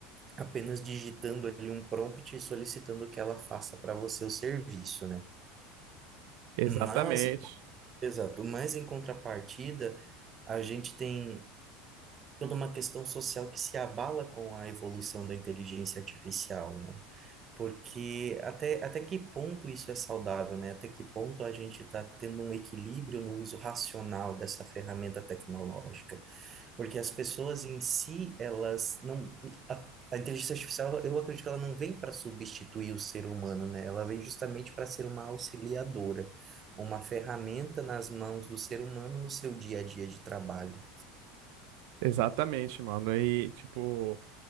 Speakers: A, on the right; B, on the right.
A: apenas digitando ali um prompt e solicitando que ela faça para você o serviço, né?
B: Exatamente.
A: Mas, exato, mas em contrapartida, a gente tem toda uma questão social que se abala com a evolução da inteligência artificial, né? Porque até, até que ponto isso é saudável, né? Até que ponto a gente está tendo um equilíbrio no uso racional dessa ferramenta tecnológica? Porque as pessoas em si, elas não. A, a inteligência artificial, eu acredito que ela não vem para substituir o ser humano, né? Ela vem justamente para ser uma auxiliadora, uma ferramenta nas mãos do ser humano no seu dia a dia de trabalho.
B: Exatamente, mano. E, tipo,